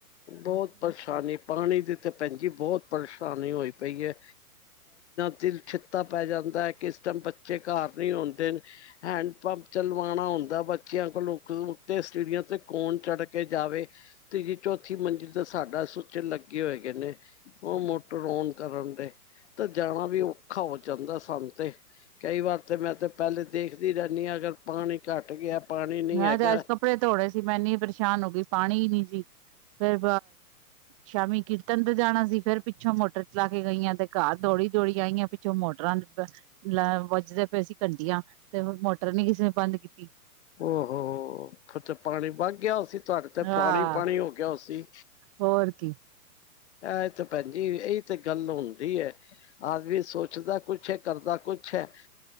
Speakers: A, on the left (about 45°); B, on the right (about 20°).
A: ਬਹੁਤ ਪਰੇਸ਼ਾਨੀ ਪਾਣੀ ਦੀ ਤੇ ਭੈਣਜੀ ਬਹੁਤ ਪਰੇਸ਼ਾਨੀ ਹੋਈ। ਪਈ ਹੈ। ਤੇ ਛਿੱਤਾ ਪੈ ਜਾਂਦਾ ਹੈ। ਕਿਸ ਟਾਈਮ ਬੱਚੇ ਘਰ ਨੀ ਆਂਉਦੇ ਹੈਂਡ ਪੰਪ ਚਲਵਾਣਾ ਹੁੰਦਾ। ਬੱਚਿਆਂ ਕੋਲ ਉਤੇ ਸਿੜੀਆਂ ਤੇ ਕੋਣ ਚੜ ਕੇ ਜਾਵੇ ਤੇ ਜ ਚੌਥੀ ਮੰਜਿਲ ਦੇ ਸਾਡਾ ਸੁੱਚ ਲੱਗੇ ਹੋਏ ਗਏ ਨੇ, ਉਹ ਮੋਟਰ ਔਨ ਕਰਨ ਦੇ ਤਾਂ ਜਾਣਾ ਵੀ ਔਖਾ ਹੋ ਜਾਂਦਾ। ਸਾਨੂੰ ਤੇ ਕਈ ਵਾਰ ਤੇ ਮੈਂ ਤੇ ਪਹਿਲੇ ਦੇਖਦੀ ਰਹਿੰਨੀ ਹਾਂ, ਅਗਰ ਪਾਣੀ ਘੱਟ ਗਿਆ। ਪਾਣੀ ਨਹੀਂ
B: ਮੈਂ
A: ਹੈਗਾ
B: ਤੇ ਅੱਜ ਕੱਪੜੇ ਧੋਣੇੇ ਸੀ, ਮੈਂ ਇੰਨੀ ਪਰੇਸ਼ਾਨ ਹੋ ਗਈ। ਪਾਣੀ ਨੀ ਸੀ। ਫੇਰ ਸ਼ਾਮੀ ਕੀਰਤਨ ਤੇ ਜਾਣਾ ਸੀ। ਫੇਰ ਪਿੱਛੋਂ ਮੋਟਰ ਚਲਾ ਕੇ ਗਈ ਆਂ ਤੇ ਘਰ ਦੌੜੀ -ਦੌੜੀ ਆਈ ਆਂ ਪਿੱਛੋਂ ਮੋਟਰ <unintelligible> ਵੱਜਦੀ ਪਈ ਸੀ ਘੰਟੀਆਂ, ਜਦੋ ਮੋਟਰ ਨੀ ਕਿਸੇ ਨੇ ਬੰਦ ਕੀਤੀ।
A: ਓ ਹੋ ਫਿਰ ਤੇ ਪਾਣੀ ਵਗ ਗਿਆ ਫਿਰ ਤੁਹਾਡੇ ਤੇ
B: ਆਹ
A: ਪਾਣੀ ਪਾਣੀ ਹੋ ਗਿਆ ਹੋਣਾ ਸੀ।
B: ਹੋਰ ਕੀ।
A: ਇਹ ਤੇ ਭੈਣਜੀ ਇਹੀ ਤੇ ਗੱਲ ਹੁੰਦੀ ਏ, ਆਦਮੀ ਸੋਚਦਾ ਕੁਛ ਹੈ, ਕਰਦਾ ਕੁਛ ਹੈ,